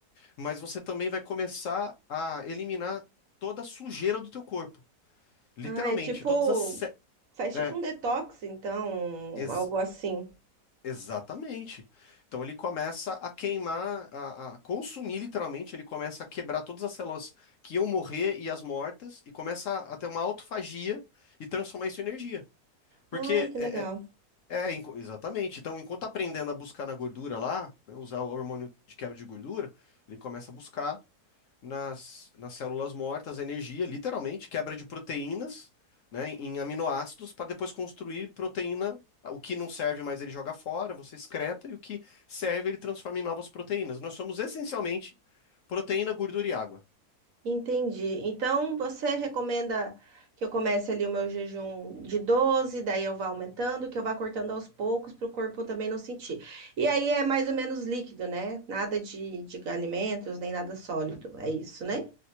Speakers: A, on the left; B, on the right.
A: mas você também vai começar a eliminar toda a sujeira do teu corpo. Literalmente,
B: Ah, é tipo,
A: todas as,
B: faz
A: É,
B: tipo um detox, então,
A: ex-
B: algo assim.
A: exatamente. Então ele começa a queimar, a, a consumir literalmente, ele começa a quebrar todas as células que iam morrer e as mortas, e começa a ter uma autofagia e transformar isso em energia. Porque
B: Ai, que
A: é,
B: legal.
A: é- é, enqu- exatamente. Então, enquanto tá aprendendo a buscar na gordura lá, né, usar o hormônio de quebra de gordura, ele começa a buscar. nas, nas células mortas, a energia, literalmente, quebra de proteínas, né, em aminoácidos, para depois construir proteína. O que não serve mais ele joga fora, você excreta, e o que serve ele transforma em novas proteínas. Nós somos essencialmente proteína, gordura e água.
B: Entendi. Então, você recomenda que eu comece ali o meu jejum de 12, daí eu vá aumentando, que eu vá cortando aos poucos para o corpo também não sentir. E aí é mais ou menos líquido, né? Nada de, de alimentos, nem nada sólido. É isso, né?